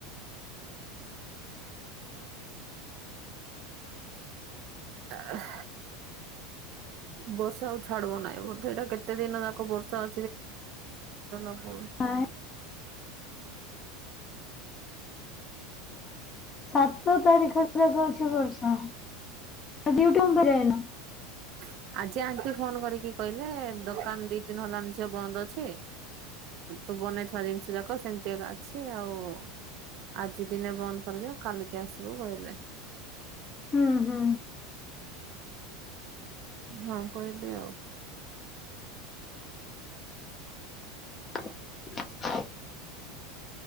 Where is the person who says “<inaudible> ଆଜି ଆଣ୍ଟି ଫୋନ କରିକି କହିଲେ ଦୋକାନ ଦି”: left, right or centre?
Right